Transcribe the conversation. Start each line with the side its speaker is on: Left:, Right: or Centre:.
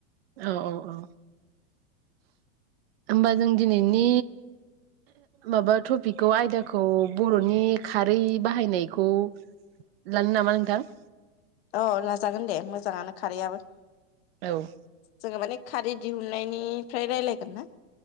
Right: औ औ औ होमबा जों दिनैनि माबा टपिकखौ आयदाखौ बर'नि खारै बाहायनायखौ लानो नामा नोंथां?
Left: औ लाजागोन दे मोजाङानो खारैआाबो
Right: औ
Left: जोङो माने खारि दिहुननायनिफ्राय रायजलायगोन ना